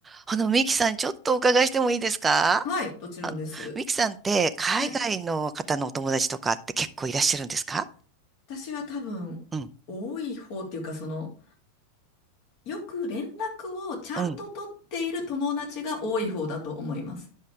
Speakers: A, on the right; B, on the left.
A: あの、ミキさん、ちょっとお伺いしてもいいですか
B: はい、もちろんです。
A: ミキさんって、海外の方のお友達とかって結構いらっしゃるんですか
B: はい。私は多分、
A: うん、
B: 多い方っていうか、その、よく連絡をちゃんと取っている友達が多い方だと思います。
A: うん。